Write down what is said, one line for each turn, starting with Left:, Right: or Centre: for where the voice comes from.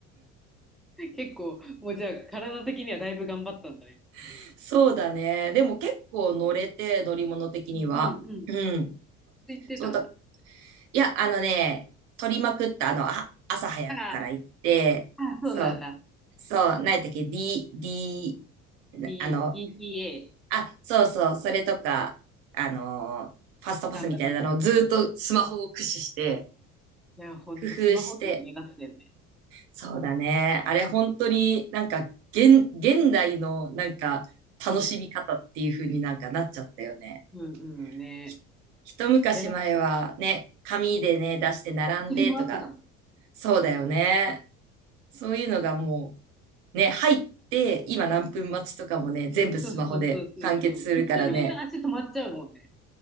Centre: 結構、もうじゃあ、体的にはだいぶ頑張ったんだね。
Right: <laughs> そうだね。でも結構乗れて、乗り物的には。
Centre: うんうん
Right: うん。
Centre: ついてたんだ。
Right: そうだ。いや、あのね、取りまくった、あの、あ、朝早くから行って、
Centre: ああ、ああそうなんだ。
Right: そう、そう、何やったっけ ?D、D、なあの、
Centre: B、BPA。
Right: あ、そうそう、それとか、あの、ファストパスみたいなのをずーっとスマホを駆使して、
Centre: 頑張った。いや、ほんと、
Right: 工夫して。
Centre: スマホ機になったよね。
Right: そうだね。あれ本当になんか現、現代のなんか楽しみ方っていう風になんかなっちゃったよね。
Centre: うんうんね。
Right: ひ一昔前はね、
Centre: で、なんか、
Right: 紙でね、出して並んでとか、
Centre: 振り回ってたもん。
Right: そうだよね。そういうのがもうね、入って今何分待ちとかもね、全部スマホで完結するからね。
Centre: そうそうそうそうそう。一旦みんな足止まっちゃうもんね。